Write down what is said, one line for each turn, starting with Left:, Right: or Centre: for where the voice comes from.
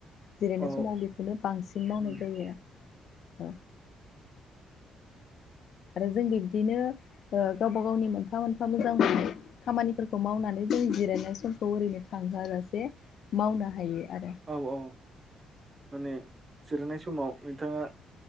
Left: जिरायनाय
Right: औ
Left: समाव बेखौनो बांसिन मावनाय
Right: औ
Left: जायो आरो औ आरो जों बिब्दिनो ओ गावबा गावनि मोनफा मोनफा मोजां खामानिफोरखौ मावनानै जों जिरायनाय समखौ ओरैनो थांहोआजासे मावनो हायो आरो
Right: औ औ माने जिरनाय समाव नोंथाङा